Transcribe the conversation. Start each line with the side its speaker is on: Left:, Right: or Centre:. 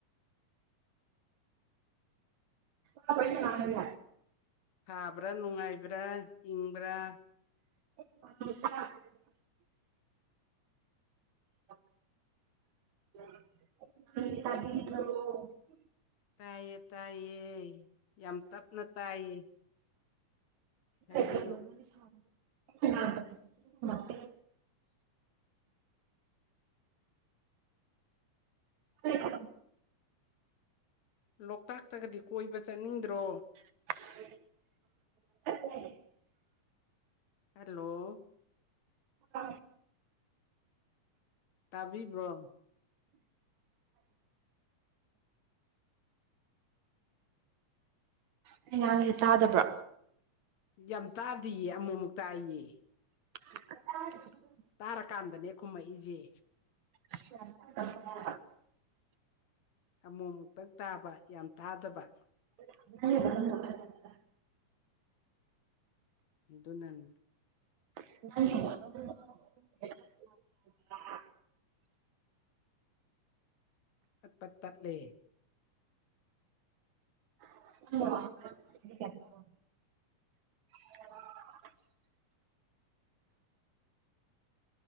Right: ꯄꯨ ꯄꯅꯦ ꯂꯉꯒ
Left: ꯊꯥꯕ꯭ꯔꯥ ꯅꯨꯡꯉꯥꯏꯕ꯭ꯔꯥ ꯏꯪꯕ꯭ꯔꯥ
Right: <inaudible> ꯗꯤ
Left: ꯇꯥꯏꯌꯦ ꯇꯥꯏꯌꯦ ꯌꯥꯝ ꯇꯞꯅ ꯇꯥꯏꯌꯦ
Right: <inaudible>
Left: ꯍꯥꯏꯕꯤꯔꯣ
Right: ꯍ
Left: ꯂꯣꯛꯇꯥꯛꯇꯒꯗꯤ ꯀꯣꯏꯕ ꯆꯠꯅꯤꯡꯗ꯭ꯔꯣ
Right: <inaudible>
Left: ꯍꯦꯜꯂꯣ
Right: ꯑ
Left: ꯇꯥꯕꯤꯕ꯭ꯔꯣ
Right: ꯑꯩ ꯉꯥꯡꯁꯦ ꯇꯥꯗꯕ꯭ꯔꯥ
Left: ꯌꯥꯝ ꯇꯥꯗꯌꯦ ꯑꯃꯨꯛꯃꯨꯛꯛꯇꯥꯏꯌꯦ
Right: ꯑ
Left: ꯇꯥꯔꯀꯥꯟꯗꯅꯦ ꯈꯨꯝꯃꯛꯏꯁꯦ
Right: <inaudible>
Left: ꯑꯃꯨꯛ ꯑꯃꯨꯛꯇꯛ ꯇꯥꯕ ꯌꯥꯝ ꯇꯥꯗꯕ
Right: <inaudible>
Left: ꯍꯗꯣ ꯅꯪ
Right: ꯅ
Left: ꯠꯠ ꯇꯠ ꯂꯩꯦ
Right: ꯍ